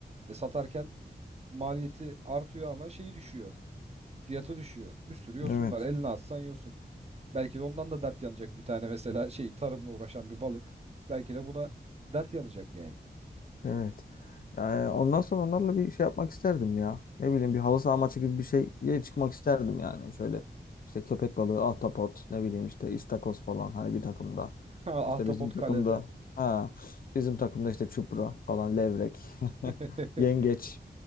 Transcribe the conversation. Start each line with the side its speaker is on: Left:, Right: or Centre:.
Right: e, satarken maliyeti artıyor ama şeyi düşüyor. Fiyatı düşüyor. Bir sürü yosun
Left: evet.
Right: var. Eline atsan yosun. Belki de ondan da dert yanacak bir tane mesela şey tarımla uğraşan bir balık. Belki de buna dert yanacak yani.
Left: Evet. Yani ondan sonra onlarla bir şey yapmak isterdim ya. Ne bileyim bir halı saha maçı gibi bir şeye çıkmak isterdim yani. Şöyle işte köpek balığı, ahtapot, ne bileyim işte istakoz falan hani bir takımda.
Right: <laughs> Ahtapot
Left: İşte bizim takımda
Right: kalede.
Left: ha, bizim takımda işte çupra falan, levrek, <laughs>
Right: <laughs>
Left: yengeç,